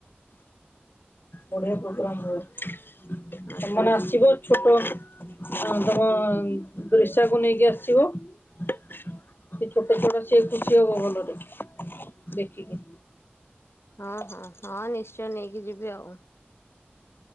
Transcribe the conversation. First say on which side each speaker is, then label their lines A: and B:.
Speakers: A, on the left; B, on the left.
A: ବଢିଆ ପ୍ରୋଗ୍ରାମ ହୁଏ
B: ଆଚ୍ଛା
A: ତମ ମାନେ
B: ଆଚ୍ଛା
A: ଆସିବ ଛୋଟ ଆ ତମ ରୋସାକୁ ନେଇକି ଆସିବ ସେ ଛୋଟ ଛୋଟ ସେଆକୁ ଝିଅବ ବା ଭଲ ଦେଖେ ଦେଖିକିନି
B: ହଁ ହଁ ହଁ ନିଶ୍ଚୟ ନେଇକି ଯିବି ଆଉ